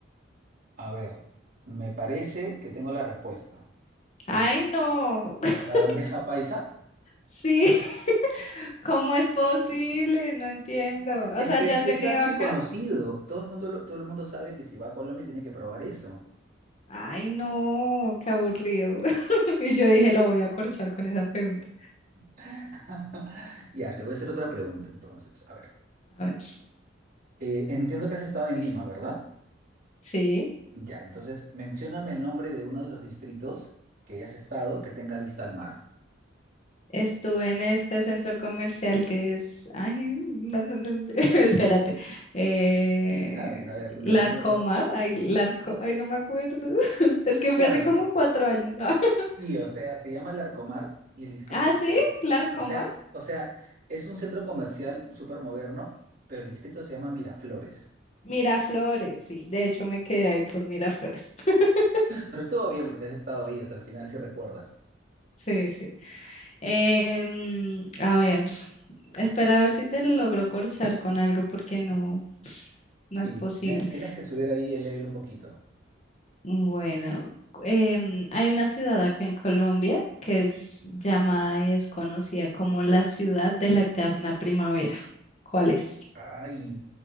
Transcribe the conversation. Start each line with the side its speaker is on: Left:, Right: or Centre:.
Right: A ver, me parece que tengo la respuesta. Eh,
Left: Ay, no. <laughs>
Right: la bandeja paisa
Left: Sí. <laughs> ¿Cómo es posible? No entiendo. O
Right: es
Left: sea,
Right: que
Left: ¿ya
Right: es,
Left: has
Right: es
Left: venido
Right: archiconocido.
Left: acá?
Right: Todo el mundo lo- todo el mundo sabe que si va a Colombia tiene que probar eso.
Left: Ay, no, qué aburrido. <laughs> Y yo dije, lo voy a corchar con esa pregunta.
Right: <laughs> Ya, te voy a hacer otra pregunta entonces. A ver,
Left: A ver.
Right: eh, entiendo que has estado en Lima, ¿verdad?
Left: Sí,
Right: Ya, entonces mencióname el nombre de uno de los distritos que hayas estado que tenga vista al mar.
Left: estuve en este centro comercial que es, ay, no, no, no, <laughs> espérate, eh,
Right: ¿Sabes? A ver, recuerda.
Left: Larcomar, ay, Larco, ay, no me acuerdo, <laughs> es que
Right: Claro,
Left: fue hace como cuatro años. <laughs>
Right: Sí, o sea, se llama Larcomar y el distrito
Left: Ah,
Right: se
Left: sí,
Right: llama,
Left: Larcomar,
Right: o sea, o sea, es un centro comercial súper moderno, pero el distrito se llama Miraflores.
Left: Miraflores, sí. De hecho, me quedé ahí por Miraflores. <laughs>
Right: Pero estuvo bien porque has estado ahí, o sea, al final sí recuerdas.
Left: Sí, sí. Em, a ver, espera a ver si te logro corchar con algo porque no, no
Right: Sí,
Left: es posible.
Right: tenías tenías que subir ahí el level un poquito.
Left: Bueno, em, hay una ciudad acá en Colombia que es llamada y es conocida como la ciudad de la eterna primavera. ¿Cuál es?
Right: Ay,